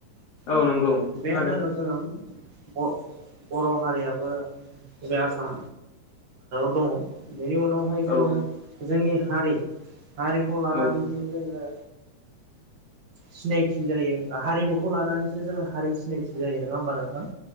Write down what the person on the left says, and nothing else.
औ
नंगौ
खोनादों
औ
औ